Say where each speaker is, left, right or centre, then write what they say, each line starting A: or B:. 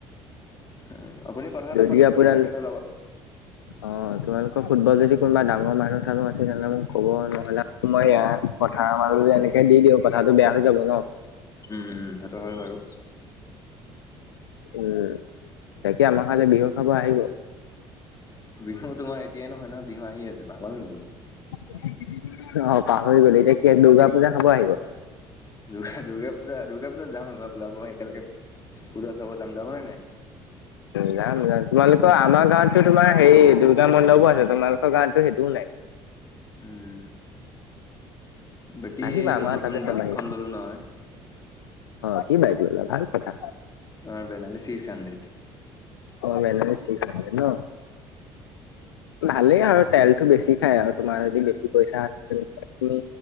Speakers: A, on the left (about 30°); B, on the left (about 80°).
A: উম, আপুনি কথা এটা
B: যদি
A: পাতি চাব
B: আপোনাৰ
A: তেখেতৰ লগত।
B: অ', তোমালোকৰ ফুটবল যদি কোনোবা ডাঙৰ মানুহ--চানুহ আছে তেনে মোক ক'ব, নহ'লে মই ইয়া কথা <unintelligible> এনেকে দি দিওঁ কথাটো বেয়া হৈ যাব ন'!
A: উম, সেইটো হয় বাৰু।
B: উম, বাকি আমাৰ ফালে বিহু খাব আহিব।
A: বিহু তোমাৰ এতিয়াই নহয় নহয় বিহু আহি আছে পাগল নেকি অলপ
B: অ', পাহৰি গ'ল এতিয়া কি দূৰ্গা পূজা খাব আহিব।
A: দুৰ্গা-দুৰ্গা পূজা দুৰ্গা পূজা যাম এইবাৰ ওলাব একেলগে পূজা চাব যাম। যাব নে নাই? <inaudible>
B: যাম যাম তোমালোকৰ আমাৰ গাঁৱতো তোমাৰ হেৰি দুৰ্গা মণ্ডপো আছে, তোমালোকৰ গাঁৱতো সেইটোও নাই।
A: উম বাকী
B: আহিবা
A: মই
B: আমাৰ
A: নতুন
B: তাতে চাবাহি
A: বাইকখন ল'লো নহয়।
B: অ', কি বাইক ল'লা? ভাল কথা।
A: অ', বেনালী ছিক্স হাণ্ড্ৰেড।
B: অ', বেনালি ছিক্স হাড্ৰেড ন'! ভালেই আৰু তেলটো বেছি খাই আৰু তোমাৰ যদি বেছি পইচা আছে। তেনেহ'লে তুমি